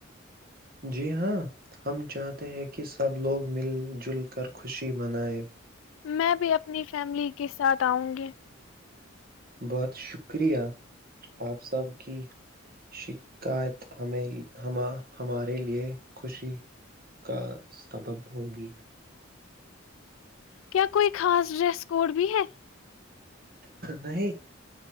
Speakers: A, on the right; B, on the left.
A: جی ہاں ہم چاہتے ہیں کہ سب لوگ مل جل کر خوشی منائے
B: میں بھی اپنی فیملی کے ساتھ آؤں گی
A: بہت شکریہ آپ سب کی شکایت ہمیں ہم ہمارے لیے خوشی کا سبب ہوگی
B: کیا کوئی خاص ڈریس کوڈ بھی ہے
A: نہیں